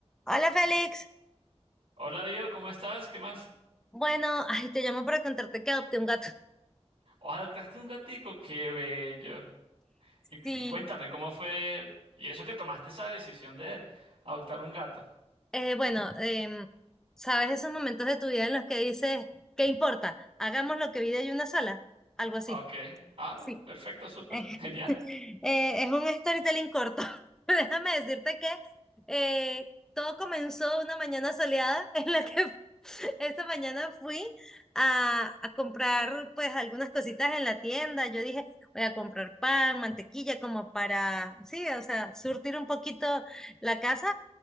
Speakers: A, in the centre; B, on the right.
A: Hola Félix,
B: Hola Dios, ¿cómo estás? ¿Qué más?
A: bueno, ay, te llamo para contarte que adopté un gato. <laughs>
B: O adoptaste un gatico, qué bello. Y,
A: Sí,
B: y cuéntame, ¿cómo fue? ¿Y eso que tomaste esa decisión de adoptar un gato?
A: eh, bueno, em, ¿sabes esos momentos de tu vida en los que dices, ¿qué importa? Hagamos lo que vida hay una sola, algo así.
B: Ok. Ah, bueno,
A: Sí.
B: perfecto, súper.
A: <laughs>
B: <laughs> Genial.
A: <laughs> Eh, es un storytelling corto. <laughs> Déjame decirte que eh, todo comenzó una mañana soleada <laughs> en la que <laughs> esta mañana fui a, a comprar pues algunas cositas en la tienda. Yo dije, voy a comprar pan, mantequilla, como para, sí, o sea, surtir un poquito la casa